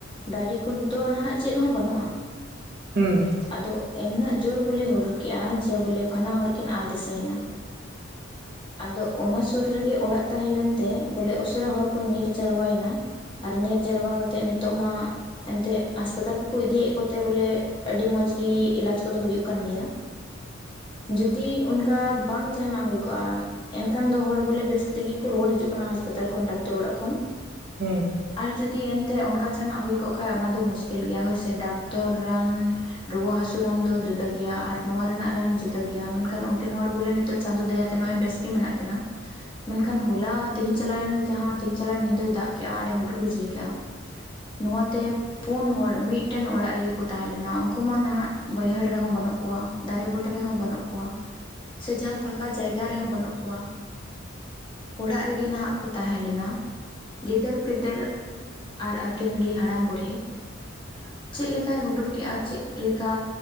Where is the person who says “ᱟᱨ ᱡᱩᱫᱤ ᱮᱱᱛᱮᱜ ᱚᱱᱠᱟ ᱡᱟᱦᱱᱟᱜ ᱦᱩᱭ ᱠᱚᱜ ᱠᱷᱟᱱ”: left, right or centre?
Left